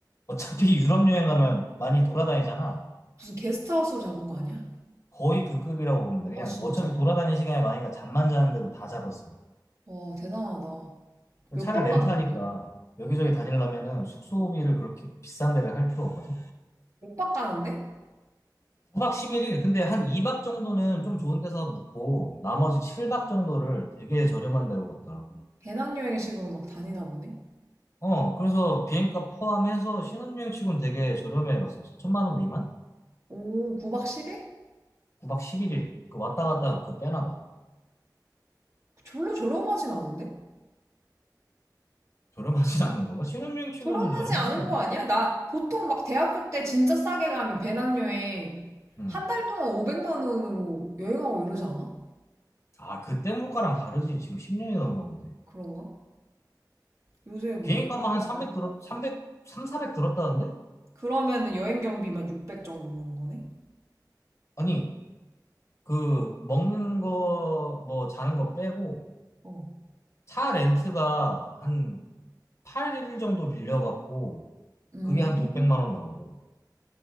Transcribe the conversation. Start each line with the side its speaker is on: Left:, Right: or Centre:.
Left: 어차피 <laughs> 유럽 여행 가면 많이 돌아다니잖아.
Right: 무슨 게스트하우스로 잡은 거 아니야?
Left: 거의 그 급이라고 보면 돼. 그냥
Right: 아, 진짜?
Left: 어차피 돌아다니는 시간이 많으니까 잠만 자는데도 다 잡았어.
Right: 와, 대단하다.
Left: 그
Right: 몇
Left: 차를
Right: 박
Left: 렌트하니까
Right: 가는 건데?
Left: 여기저기 다니려면은 숙소비를
Right: 어,
Left: 그렇게 비싼 데를 할 필요 없거든.
Right: 몇박 가는데?
Left: 9박 1 1일 근데 한 2박 정도는 좀 좋은 데서 묵고 나머지 7박 정도를 되게 저렴한 데로 갔더라고.
Right: 배낭여행식으로 막 다니나 보네?
Left: 어, 그래서 비행값 포함해서 신혼여행 치고는 되게 저렴해 갔어. 천만 원 미만?
Right: 오, 9박 10일?
Left: 9박 11일. 그 왔다 갔다 그 빼나 봐.
Right: 졸로 저렴하진 않은데?
Left: 저렴하진 않은 건가? 신혼여행 치고는
Right: 저렴하지
Left: 저렴하지
Right: 않은
Left: 않나?
Right: 거 아니야? 나 보통 막 대학교 때 진짜 싸게 가면 배낭여행
Left: 음.
Right: 한 달 동안 500만 원으로 여행하고 이러지 않아?
Left: 아, 그때 물가랑 다르지. 지금 10년이 넘었는데.
Right: 그런가? 요새 뭐
Left: 비행값만
Right: 완전히.
Left: 한 300 들었, 삼백 삼사400 들었다는데?
Right: 그러면은 여행 경비만 600 정도 오는 거네?
Left: 아니, 그, 먹는 거, 뭐, 자는 거 빼고,
Right: 어.
Left: 차 렌트가 한 8일 정도 빌려갖고,
Right: 음,
Left: 그게 한 돈 100만 원 나오고,